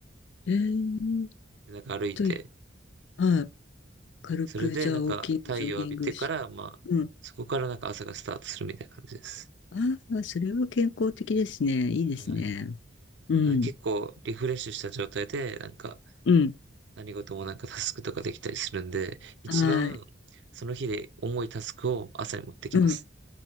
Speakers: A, on the left; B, on the right.
A: えーっ
B: でなんか歩いて、
A: と、いはい。軽くじゃあ、
B: それで、なんか、
A: ウォーキング、
B: 太陽を浴びてから、
A: ジョギングし、
B: まあ、
A: うん。
B: そこからなんか朝がスタートするみたいな感じです。
A: ああ、それは健康的ですね。いいですね。
B: はい。だか
A: うん。
B: ら結構、リフレッシュした状態で、なんか、
A: うん。
B: 何事もなんかタスクとかできたりするんで、一番、
A: はい。
B: その日で重いタスクを朝に持ってきます。
A: うん。